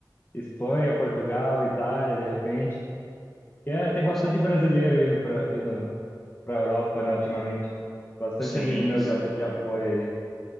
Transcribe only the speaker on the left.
Espanha, Portugal, Itália, de repente. Que é, tem
bastante
brasileiro indo para indo para Europa, né, ultimamente. Bastante
amigo meu
já já foi aí.